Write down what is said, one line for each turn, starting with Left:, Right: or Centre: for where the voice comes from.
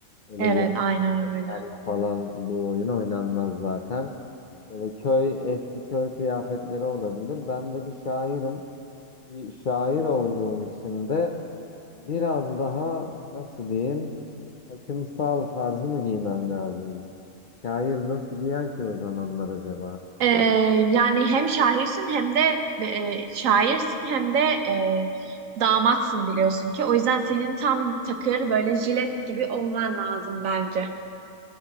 Left: Öyle
Right: Evet, aynen
Left: yenilerle
Right: öyle.
Left: falan bu oyun oynanmaz zaten. Böyle köy, eski köy kıyafetleri olabilir. Ben de bir şairim. Bir şair olduğum için de Biraz daha nasıl diyeyim takımsal tarzı mı giymem lazım? Şair nasıl giyer ki o zamanlar acaba?
Right: Ee, yani hem şairsin hem de e, şairsin hem de e, damatsın biliyorsun ki. O yüzden senin tam takır böyle jilet gibi olman lazım bence.